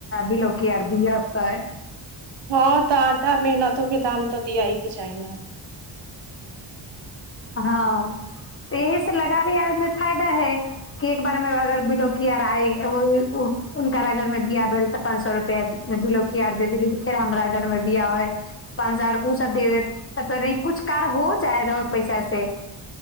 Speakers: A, on the left; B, on the right.
A: बिलोकि अर दिएत
B: हँ तऽ आटा मेहनतो केँ दाम तऽ दियाक केँ चाही न
A: हँ <inaudible> इहि से लगाबी आर में फायदा है एक बारेमे अगर बिलोकी आर आए <unintelligible> हुनकरा घर में बियाह भेल तऽ पाँच सौ रुपआ बिलोकी आर देदेली फेर हमरा घर में बिआह होय पाँच हजार उसेब दे दे तऽ तब री कुछ कार हो जा पैसा से